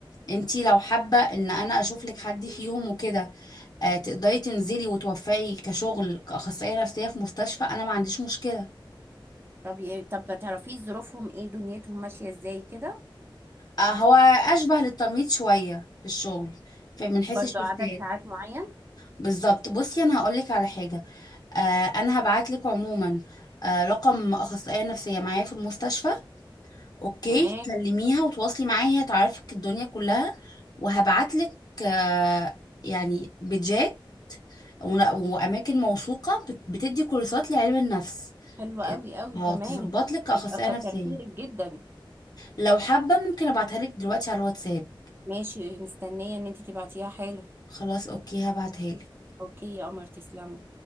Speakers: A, on the left; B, on the right.
A: انتي لو حابه ان انا اشوف لك حد فيهم وكده آه تقدري تنزلي وتوفقي كشغل كاخصائيه نفسيه في مستشفى انا ما عنديش مشكله
B: طب ي- طب ما تعرفيه ظروفهم ايه دنيتهم ماشية ازاي كده
A: آه هو اشبه للتمريض شويه في الشغل فمن حيث
B: برضو
A: الشفتات
B: عدد ساعات معين
A: بالظبط بصي انا هقول لك على حاجه آه انا هبعت لك عموما آه رقم اخصائيه نفسيه معايا في المستشفى اوكي
B: تمام
A: كلميها وتواصلي معاها هي تعرفك الدنيا كلها وهبعتلك آه، يعني بيجات ون- واماكن موثوقه بت- بتدي كورسات لعلم النفس
B: حلو قوي قوي
A: اه
B: تمام
A: تظبط لك اخصائيه
B: يبقى كتر
A: نفسيه
B: خيرك جدا
A: لو حابه ممكن ابعتها لك دلوقتي على الواتساب
B: ماشي مستنية ان انت تبعتيها حالا
A: خلاص اوكي هبعتها لك
B: اوكي يا قمر تسلمي